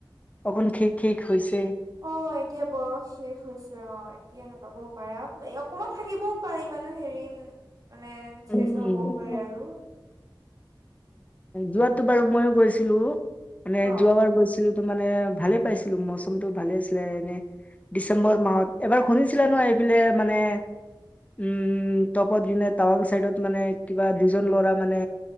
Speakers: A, on the left (about 15°); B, on the right (about 45°).
A: অকণ খেক খেক হৈছে
B: অ এতিয়া বৰফ শেষ হৈছে অ এতিয়া নাপাবও পাৰা এই অকমান থাকিবও পাৰে মানে হেৰি মানে চেছ
A: উম
B: নহও পাৰে আৰু
A: যোৱাতটো বাৰু ময়ো গৈছিলো মানে
B: অ
A: যোৱা বাৰ গৈছিলো। ছিলো তো মানে ভালে পাইছিলো বস্তুটো ভালে আছিলে এনে ডিচেম্বৰ মাহত এবাৰ শুনিছিলে ন এইবিলে মানে উম টপত দিনে টাৱাং চাইডত মানে কিবা দুজন ল'ৰা মানে